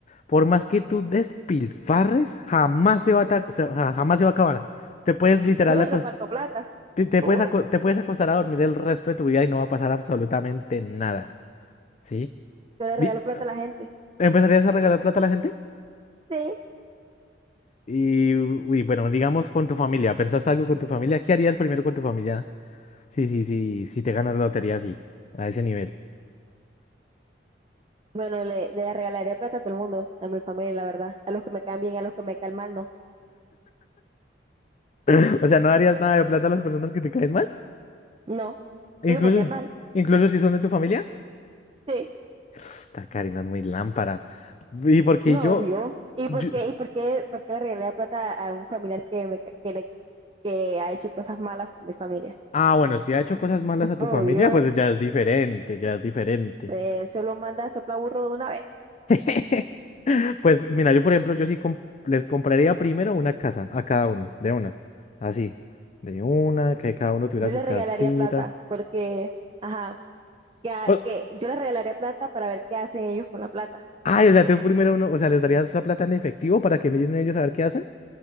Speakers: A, on the left (about 40°); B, on the right (about 30°).
A: Por más que tú despilfarres, jamás se va a, ta- se- ja- jamás se va a acabar. Te puedes literal
B: yo
A: acos-
B: reparto plata.
A: te, te
B: Tú,
A: puedes aco- te puedes acostar a dormir el resto de tu vida y no va a pasar absolutamente nada, ¿sí?
B: yo le
A: Di-
B: regalo plata a la gente.
A: ¿Empezarías a regalar plata a la gente?
B: Sí,
A: Y, uy, bueno, digamos con tu familia. ¿Pensaste algo con tu familia? ¿Qué harías primero con tu familia? Sí, sí, sí, si te ganas la lotería así, a ese nivel.
B: Bueno, le, le regalaría plata a todo el mundo, a mi familia, la verdad. A los que me caen bien, a los que me caen mal, no.
A: <laughs> O sea, ¿no darías nada de plata a las personas que te caen mal?
B: No,
A: Incluso,
B: porque me caen mal.
A: incluso si son de tu familia.
B: Sí,
A: Esta Karina es muy lámpara. Y porque
B: no,
A: yo,
B: obvio. ¿Y
A: yo-
B: por qué, y por qué, por qué le regalaría plata a un familiar que, me, ca- que, le, que ha hecho cosas malas con mi familia?
A: Ah, bueno, si ha hecho cosas malas
B: <laughs>
A: a tu
B: Obvio,
A: familia, pues ya es diferente, ya es diferente.
B: eh, solo manda a soplar burro de una vez.
A: <laughs> Pues mira, yo por ejemplo, yo sí com- les compraría primero una casa a cada uno, de una. Así, de una, que cada uno tuviera
B: Yo
A: su
B: le
A: casita.
B: regalaría plata porque, ajá, que, ha-
A: O-
B: que yo le regalaría plata para ver qué hacen ellos con la plata.
A: ay, o sea, tú primero uno, o sea, les darías la plata en efectivo para que miren ellos a ver qué hacen.